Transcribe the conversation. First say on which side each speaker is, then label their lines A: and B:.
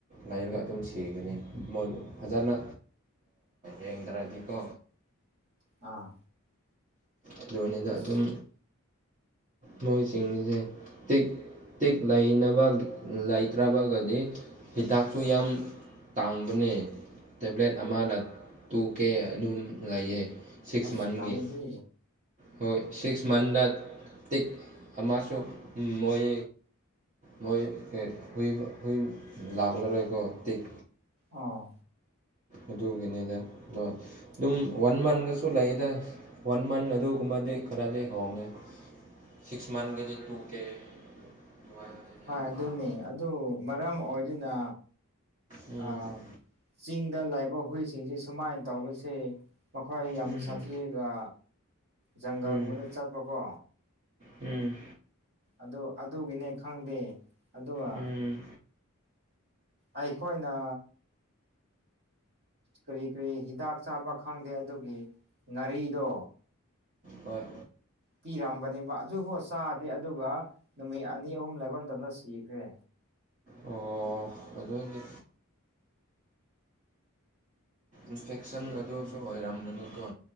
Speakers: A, on the right; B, on the right.
A: ꯂꯩꯔꯒ ꯑꯗꯨꯝ ꯁꯤꯒꯅꯤ ꯃꯣꯏꯕꯨ ꯐꯖꯅ ꯌꯦꯡꯗ꯭ꯔꯗꯤꯀꯣ
B: ꯑꯥ
A: ꯑꯗꯨꯅꯤꯗ
B: ꯑꯁ
A: ꯑꯗꯨꯝ ꯃꯣꯏꯁꯤꯡꯁꯦ ꯇꯦꯛ ꯇꯦꯛꯦꯛ ꯂꯩꯅꯕ ꯂꯩꯇ꯭ꯔꯕꯒꯗꯤ ꯍꯤꯗꯥꯛꯁꯨ ꯌꯥꯝ ꯇꯥꯡꯕꯅꯦ ꯇꯦꯕ꯭ꯂꯦꯠ ꯑꯃꯗ ꯇꯨ ꯀꯦ ꯑꯗꯨꯝ ꯂꯩꯌꯦ ꯁꯤꯛꯁ
B: ꯑ ꯁꯤꯒꯥꯥꯝ
A: ꯃꯟꯒꯤ
B: ꯍ
A: ꯍꯣꯏ ꯁꯤꯛꯁ ꯃꯟꯗ ꯇꯤꯛ ꯑꯃꯁꯨ ꯃꯣꯏ ꯃꯣꯏ ꯍꯨꯏ ꯍꯨꯏ ꯂꯥꯛꯂꯔꯣꯏ ꯑꯩꯀꯣ ꯇꯤꯛ
B: ꯑꯥ
A: ꯑꯗꯨꯒꯤꯅꯤꯗ ꯍꯣꯏ ꯑꯗꯨꯝ
B: ꯑꯣ
A: ꯋꯥꯟ ꯃꯟꯒ ꯁꯨ ꯂꯩꯌꯦꯗ ꯐꯟ ꯃꯟ ꯑꯗꯨꯒꯨꯝꯕꯗꯤ ꯈꯔꯗꯤ ꯍꯣꯡꯉꯦ ꯁꯤꯛꯁ ꯃꯥꯟꯊ ꯀꯖꯤ ꯇꯨ ꯀꯦ ꯑꯗꯨꯃꯥꯏꯅ
B: ꯍꯣꯏ
A: ꯌꯥꯝ
B: ꯑꯗꯨꯅꯤ
A: ꯇꯥꯡꯉꯦ
B: ꯑꯗꯨ ꯃꯔꯝ ꯑꯣꯏꯗꯨꯅ
A: ꯎꯝ
B: ꯑ ꯆꯤꯡꯗ ꯂꯥꯛꯏꯕ ꯍꯨꯏꯁꯤꯡꯁꯦ ꯁꯨꯃꯥꯏꯅ ꯇꯧꯕꯁꯦ ꯃꯈꯣꯏ ꯌꯥꯝ
A: ꯎꯝ
B: ꯁꯥꯊꯤꯔꯒ ꯖꯪꯒꯜꯒꯨꯝꯕꯅ
A: ꯎꯝ
B: ꯆꯠꯄꯀꯣ
A: ꯎꯝ
B: ꯑꯗꯨ ꯑꯗꯨꯒꯤꯅꯦ ꯈꯪꯗꯦ ꯑꯗꯨꯒ
A: ꯎꯝ
B: ꯑꯩꯈꯣꯏꯅ ꯀꯔꯤ ꯀꯔꯤ ꯍꯤꯗꯥꯛ ꯆꯥꯕ ꯈꯪꯗꯦ ꯑꯗꯨꯒꯤ ꯉꯥꯔꯤꯗꯣ
A: ꯍꯣꯏ
B: ꯄꯤꯔꯝꯕꯅꯦꯕ ꯑꯗꯨꯐꯥꯎ ꯆꯥꯗꯦ ꯑꯗꯨꯒ ꯅꯨꯃꯤꯠ ꯑꯅꯤ ꯑꯍꯨꯝ ꯂꯩꯕ ꯃꯇꯝꯅ ꯁꯤꯈ꯭ꯔꯦ
A: ꯑꯣ ꯑꯗꯨꯗꯤ ꯏꯟꯐꯦꯛꯁꯟ
B: ꯁꯤꯈ꯭ꯔꯦꯕ
A: ꯑꯗꯨꯁꯨ ꯑꯣꯏꯔꯝꯒꯅꯤꯀꯣ